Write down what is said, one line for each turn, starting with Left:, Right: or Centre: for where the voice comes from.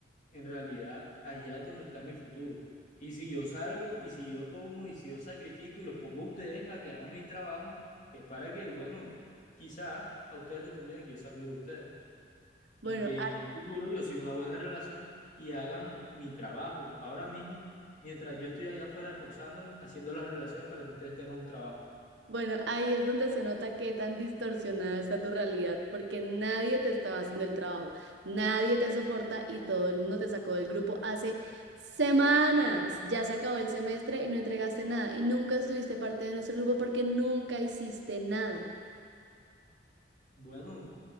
Left: en realidad allá es donde está mi futuro. Y si yo salgo, y si yo tomo, y si yo sacrifico y los pongo a ustedes a que hagan mi trabajo, es para que, bueno, quizá a ustedes les conviene que yo sea amigo de ustedes
Right: Bueno,
Left: y que en un futuro yo siga una buena relación y hagan mi trabajo ahora mismo, mientras yo estoy allá afuera esforzándome, haciendo las relaciones para que ustedes tengan un trabajo.
Right: Bueno, ahí es donde se nota qué tan distorsionada está tu realidad, porque nadie te estaba haciendo el trabajo, nadie te soporta y todo el mundo te sacó del grupo hace semanas. Ya se acabó el semestre y no entregaste nada y nunca estuviste parte de nuestro grupo porque nunca hiciste nada.
Left: Bueno,